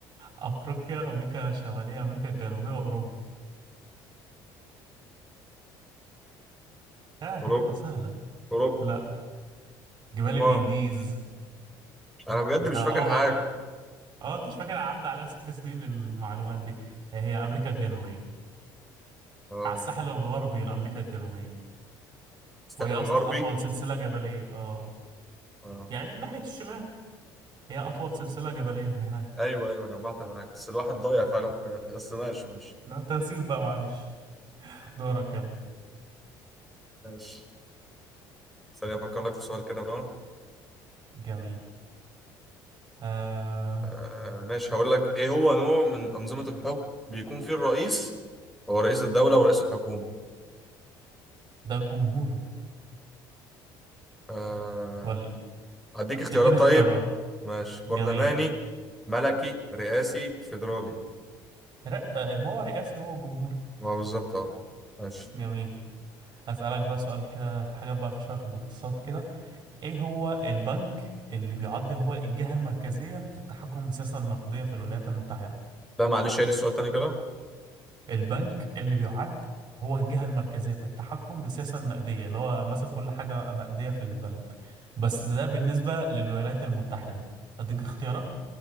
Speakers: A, on the right; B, in the centre.
A: افريقيا امريكا الشماليه امريكا الجنوبيه واوروبا ها
B: اوروبا
A: يلا سهله
B: اوروبا
A: لا جبال
B: امال
A: الانديز
B: انا بجد
A: انت
B: مش
A: اه
B: فاكر حاجه
A: بقى اه انت مش فاكر عدى عليها ست سنين المعلومات دي هي امريكا الجنوبيه
B: اه
A: على الساحل الغربي لأمريكا الجنوبية
B: الساحل
A: وهي أصلا
B: الغربي
A: أطول سلسلة جبلية اه
B: اه
A: يعني من ناحية الشمال هي أطول سلسلة جبلية هناك
B: ايوه ايوه جمعت معاك بس الواحد ضايع فعلا في الحاجات دي بس ماشي ماشي
A: مع التنسيق بقى معلش دورك يلا
B: ماشي ثانية أفكر لك في سؤال كده بقى
A: جميل آه
B: آه ماشي هقول لك إيه هو نوع من أنظمة الحكم بيكون فيه الرئيس هو رئيس الدولة ورئيس الحكومة
A: ده الجمهوري
B: آه
A: ولا
B: أديك اختيارات
A: اديني اختيارات
B: طيب ماشي برلماني
A: جميل
B: ملكي رئاسي فيدرالي
A: لا آه، ما هو رئاسي هو الجمهوري
B: ما هو بالظبط أه ماشي
A: جميل هسألك بقى سؤال كده في حاجات بقى في شوية في الاقتصاد كده ايه هو البنك اللي بيعد هو الجهة المركزية في التحكم بالسياسة النقدية في الولايات المتحدة
B: لا معلش عيد السؤال تاني كده
A: البنك اللي بيعد هو الجهة المركزية في التحكم بالسياسة النقدية اللي هو ماسك كل حاجة نقدية في البلد بس ده بالنسبة للولايات المتحدة أديك اختيارات